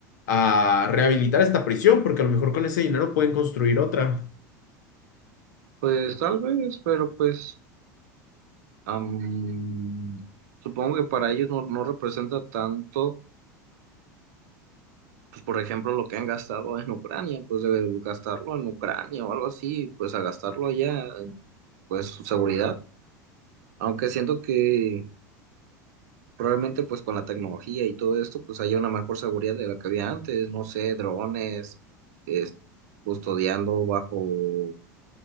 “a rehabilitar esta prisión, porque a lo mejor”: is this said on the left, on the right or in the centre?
Left